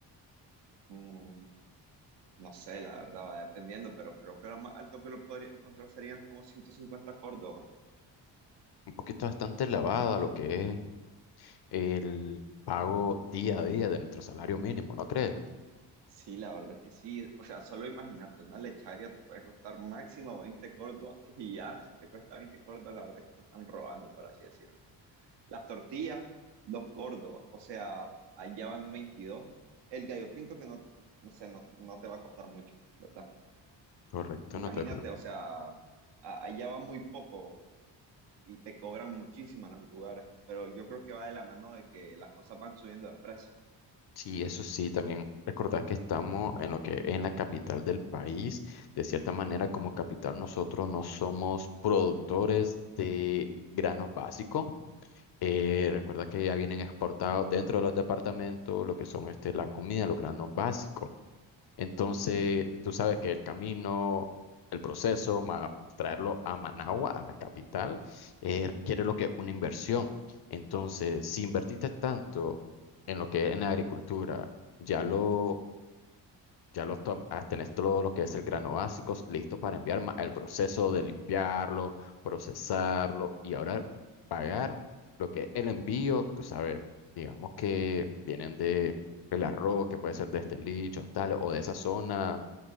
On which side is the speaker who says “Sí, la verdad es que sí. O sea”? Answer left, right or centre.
Right